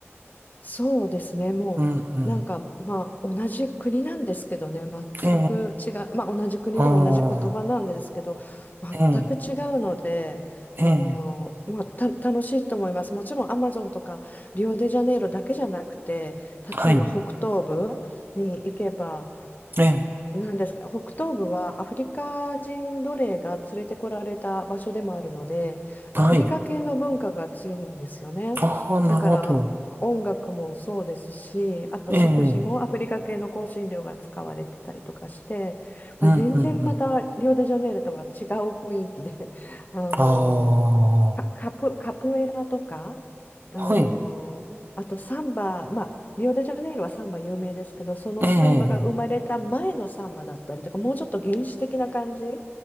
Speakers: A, on the left; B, on the right.
A: そうですね、もうなんかまあ同じ国なんですけどね、
B: うん、うん、
A: 全く違う、
B: え
A: まあ同じ国で同じ言葉なんですけど、
B: え、ああ、ええ、
A: 全く違うので、
B: ええ、
A: あのまあ、た楽しいと思います。もちろんアマゾンとかリオデジャネイロだけじゃなくて、
B: はい、
A: 例えば北東部に行けば、
B: ええ、
A: なんですが、北東部はアフリカ人奴隷が連れてこられた場所でもあるので、アフリカ系の文化が強いんですよね。
B: はい、ああ、なるほど、
A: だから音楽もそうですし、あと食事もアフリカ系の香辛料が使われてたりとかして、
B: ええ、うん、
A: まあ、
B: うん、
A: 全然またリオデジャネイロとは違う雰囲気で、
B: うん、
A: <laughs> あの
B: ああ、
A: カカプ、カプエラとか、あのあとサンバ、
B: はい、
A: まあ、リオデジャネイロはサンバ有名ですけど、そのサンバが生まれた前のサンバだったりとか、
B: ええ、
A: もうちょっと原始的な感じ